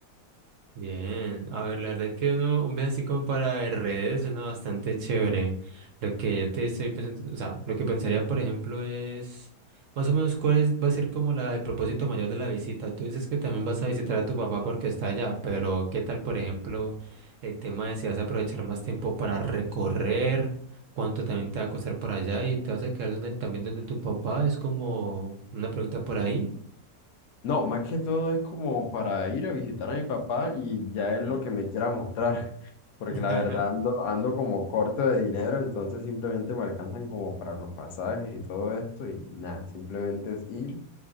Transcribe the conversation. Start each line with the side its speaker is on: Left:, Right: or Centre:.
Right: Bien, a ver, la verdad que uno, un viaje así como para redes suena bastante chévere. Lo que yo te estoy pensando, o sea, lo que pensaría, por ejemplo, es más o menos cuál es- va a ser como la, el propósito mayor de la visita. Tú dices que también vas a visitar a tu papá porque está allá, pero ¿qué tal, por ejemplo, el tema de si vas a aprovechar más tiempo para recorrer? ¿Cuánto también te va a costar por allá? ¿Y te vas a quedar donde, también donde tu papá? Es como una pregunta por ahí.
Left: No, más que todo es como para ir a visitar a mi papá y ya
Right: Ujú.
Left: es lo que me quiera mostrar, <laughs> porque
Right: <laughs>
Left: la verdad ando, ando como corto de dinero, entonces simplemente me alcanzan como para los pasajes y todo esto y nada, simplemente es ir,